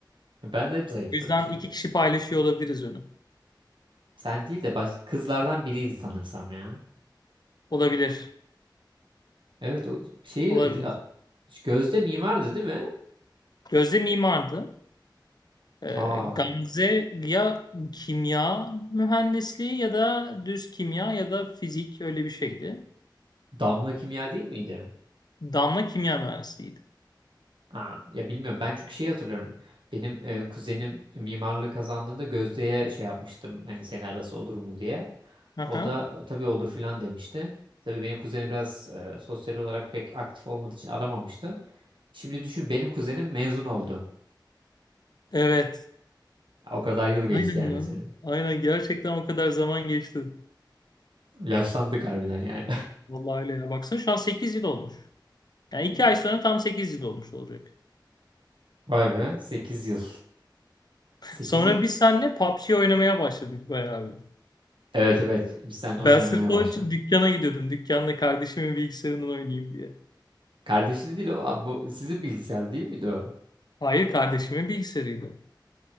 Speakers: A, on the right; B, on the left.
A: Ben de hep zayıftım
B: O yüzden
A: şimdi.
B: iki kişi paylaşıyor olabiliriz önü.
A: Sen değil de baş kızlardan biriydi sanırsam ya.
B: Olabilir.
A: Evet o şeyi
B: Olabilir.
A: e, a- Gözde mimardı değil mi?
B: Gözde mimardı. Ee,
A: Aa,
B: Gamze ya kimya mühendisliği ya da düz kimya ya da fizik öyle bir şeydi.
A: Damla Kimya değil miydi?
B: Damla kimya mühendisliğiydi.
A: Ha, ya bilmiyorum ben çünkü şeyi hatırlıyorum. Benim e, kuzenim mimarlığı kazandığında Gözde'ye şey yapmıştım. Hani seni arası olur mu diye.
B: Aha.
A: O da tabii olur filan demişti. Tabii benim kuzenim biraz e, sosyal olarak pek aktif olmadığı için aramamıştı. Şimdi düşün benim kuzenim mezun oldu.
B: Evet.
A: O kadar yıl geçti
B: Aynen
A: yani
B: lan.
A: üzerinden.
B: Aynen gerçekten o kadar zaman geçti.
A: Yaşlandık harbiden yani.
B: Vallahi öyle ya. Baksana şu an 8 yıl olmuş. Yani 2 ay sonra tam 8 yıl olmuş olacak.
A: <laughs> Vay be 8 yıl. 8
B: Sonra
A: yıl.
B: biz seninle PUBG oynamaya başladık bayağı bir.
A: Evet evet biz seninle
B: Ben
A: oyun oynamaya
B: sırf onun
A: başladık.
B: için dükkana gidiyordum. Dükkanda kardeşimin bilgisayarından oynayayım diye.
A: Kardeşini değil o. Abi Bu sizin bilgisayar değil miydi o?
B: Hayır kardeşimin bilgisayarıydı.